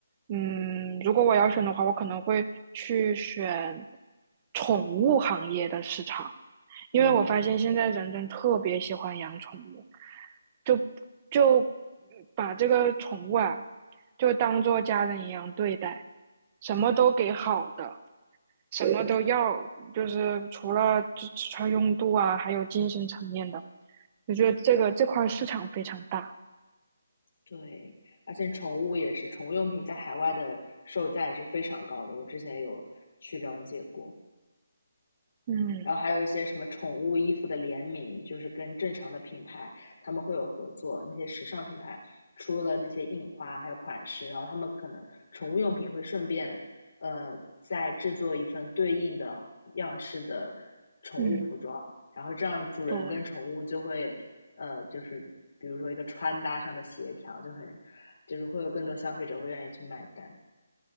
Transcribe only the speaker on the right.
嗯，如果我要选的话，我可能会去选宠物行业的市场，因为我发现现在人人特别喜欢养宠物，
就就把这个宠物啊，就当做家人一样对待，什么都给好的。什么都要，就是除了吃穿用度啊，还有精神层面的，我觉得这个这块市场非常大。
嗯
嗯，
对。